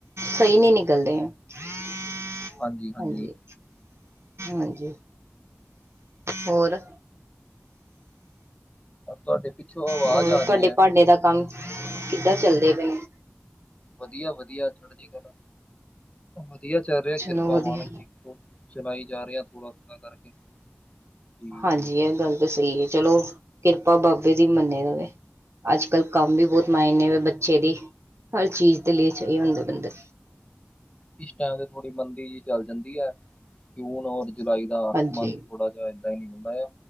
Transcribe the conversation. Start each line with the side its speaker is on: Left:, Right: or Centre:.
Right: ਸਹੀ ਨਹੀਂੀ ਨਿਕਲਦੇ ਹੈ ਹਾਂ
Left: ਹਾਂਜੀ-ਹਾਂਜੀ।
Right: ਹਾਂਜੀ ਹਾਂਜੀ ਹੋਰ
Left: ਤੁਹਾਡੇ ਪਿੱਛੋਂ ਆਵਾਜ਼
Right: ਹੋਰ
Left: ਆ
Right: ਤੁਹਾਡੇ
Left: ਰਹੀ ਹੈ
Right: ਭਾਂਡੇ ਦਾ ਕੰਮ ਕਿੱਦਾਂ ਚੱਲਦੇ ਪੈਨੂੰ
Left: ਵਧੀਆ ਵਧੀਆ ਚੜ੍ਹ ਜ ਗੱਲ ਆ ਵਧੀਆ ਚੱਲ ਰਿਹਾ ਕਿਰਪਾ
Right: ਚਲੋ ਵਧੀਆ,
Left: ਮਾਲਕ ਜ ਚਲਾਈ ਜਾ ਰਿਹਾ ਥੋੜ੍ਹਾ ਥੋੜ੍ਹਾ ਕਰਕੇ ਜੀ-ਜੀ।
Right: ਹਾਂਜੀ ਇਹ ਗੱਲ ਤਾਂ ਸਹੀ ਹੈ ਚਲੋ ਕਿਰਪਾ ਬਾਬੇ ਦੀ ਮੰਨੇ ਜਾਵੇ ਅੱਜ ਕੱਲ੍ਹ ਕੰਮ ਵੀ ਬਹੁਤ ਮਾਇਨੇ ਵ ਬੱਚੇ ਦੀ, ਹਰ ਚੀਜ਼ ਦੇ ਲਈ ਸਹੀ ਹੁੰਦਾ ਬੰਦੇ
Left: ਇਸ ਟਾਈਮ ਤੇ ਥੋੜ੍ਹੀ ਮੰਦੀ ਜਿਹੀ ਚੱਲ ਜਾਂਦੀ ਹੈ ਜੂਨ ਔਰ ਜੁਲਾਈ ਜਾਂ
Right: ਹਾਂਜੀ।
Left: ਮਨ ਥੋੜਾ ਜਹਾ ਏਦਾਂ ਹੀ ਹੁੰਦਾ ਆ